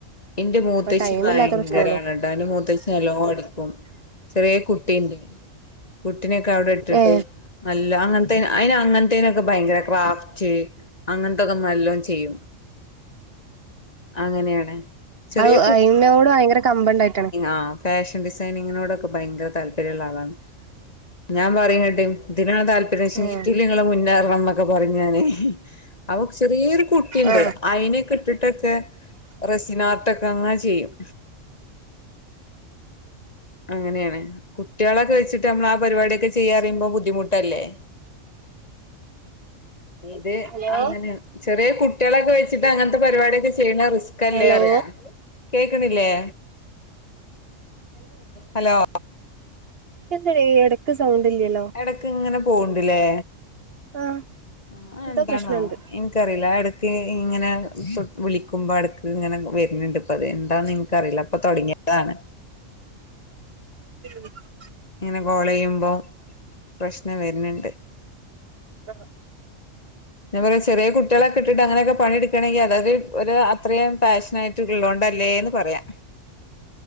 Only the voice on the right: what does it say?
ടൈം
ഇല്ലാത്ത പ്രശ്നള്ളൂ
ഏ
അത്
അയിനോട് ഭയങ്കര കമ്പണ്ടായിട്ടാണ്
ഏ
ആ
ഹലോ
ഹലോ
എന്തടി എടക്ക് സൗണ്ട്ല്ലല്ലോ
ആ
എന്തോ
പ്രശ്നണ്ട്
<unintelligible>
ആഹ്